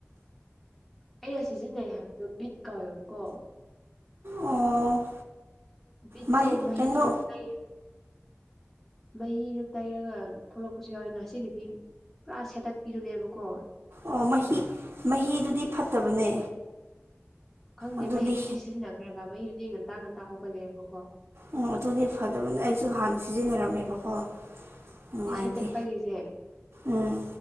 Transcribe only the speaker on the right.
ꯑꯣ
ꯃꯍꯤ
ꯀꯩꯅꯣ
ꯑꯣ ꯃꯍꯤ ꯃꯍꯤꯗꯨꯗꯤ ꯐꯠꯇꯕꯅꯦ
ꯑꯗꯨꯗꯤ
ꯑꯣ ꯑꯗꯨꯗꯤ ꯐꯗꯕꯅꯦ ꯑꯩꯁꯨ ꯍꯥꯟꯅ ꯁꯤꯖꯤꯟꯅꯔꯝꯃꯦꯕꯀꯣ ꯅꯨꯡꯉꯥꯏꯇꯦ
ꯎꯝ